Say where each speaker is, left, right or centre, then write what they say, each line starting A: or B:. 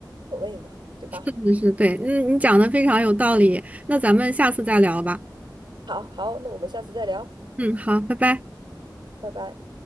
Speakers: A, on the right (about 85°); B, on the right (about 20°).
A: 所谓嘛，对吧？
B: 是的是的对，嗯，你讲的非常有道理，那咱们下次再聊吧，
A: 好好，那我们下次再聊，
B: 嗯，好，拜拜。
A: 拜拜。